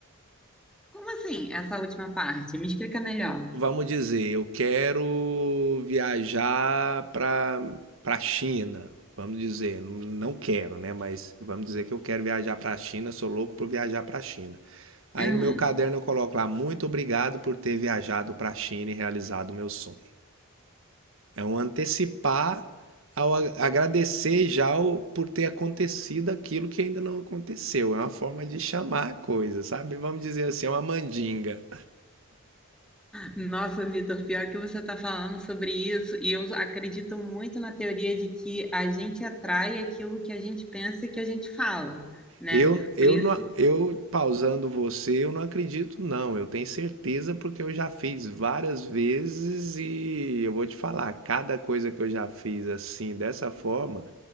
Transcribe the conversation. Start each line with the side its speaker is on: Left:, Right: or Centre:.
Centre: Como assim, essa última parte? Me explica melhor.
Right: vamos dizer, eu quero viajar para para China, vamos dizer, não não quero, né? Mas vamos dizer que eu quero viajar para a China, sou louco por viajar para a China. Aí
Centre: Uhum.
Right: no meu caderno eu coloco lá, muito obrigado por ter viajado para a China e realizado o meu sonho. É um antecipar ao a- agradecer já o- por ter acontecido aquilo que ainda não aconteceu. É uma forma de chamar a coisa, sabe? Vamos dizer assim, é uma mandinga.
Centre: Nossa, Vitor, pior que você está falando sobre isso, e eu acredito muito na teoria de que a gente atrai aquilo que a gente pensa e que a gente fala, né?
Right: Eu, eu,
Centre: Por isso
Right: não, a- eu pausando você, eu não acredito, não. Eu tenho certeza porque eu já fiz várias vezes e eu vou te falar, cada coisa que eu já fiz assim, dessa forma.